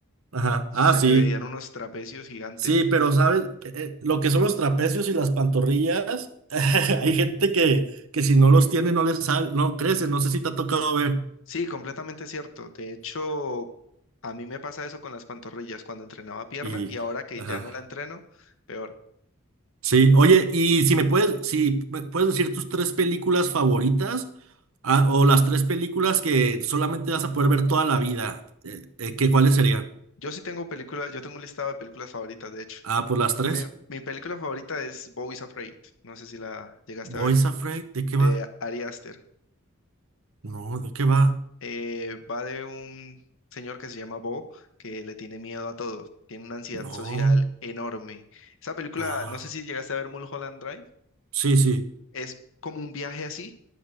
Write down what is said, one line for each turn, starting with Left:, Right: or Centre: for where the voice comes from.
Right: Ajá.
Left: se
Right: Ah, sí.
Left: le veían unos trapecios gigantes.
Right: Sí, pero ¿sabes? Eh, eh, lo que son los trapecios y las pantorrillas, <laughs> hay gente que, que si no los tiene no les sal, no crece, no sé si te ha tocado ver.
Left: Sí, completamente cierto. De hecho, a mí me pasa eso con las pantorrillas cuando entrenaba pierna
Right: Y,
Left: y ahora que
Right: ajá.
Left: ya no la entreno, peor.
Right: Sí, oye, y si me puedes, si me puedes decir tus tres películas favoritas, ah, o las tres películas que solamente vas a poder ver toda la vida, eh, eh, ¿qué, cuáles serían?
Left: Yo sí tengo películas, yo tengo un listado de películas favoritas, de hecho.
Right: Ah, pues las tres.
Left: Mi, mi película favorita es Bo is Afraid, no sé si la llegaste
Right: Boys
Left: a ver,
Right: Afraid, ¿de qué
Left: de
Right: va?
Left: Ari Aster.
Right: No, ¿de qué va?
Left: Eh, va de un señor que se llama Bo, que le tiene miedo a todo, tiene una ansiedad
Right: No.
Left: social enorme. Esa película,
Right: Ah,
Left: no sé si llegaste a ver Mulholland Drive,
Right: sí, sí.
Left: es como un viaje así,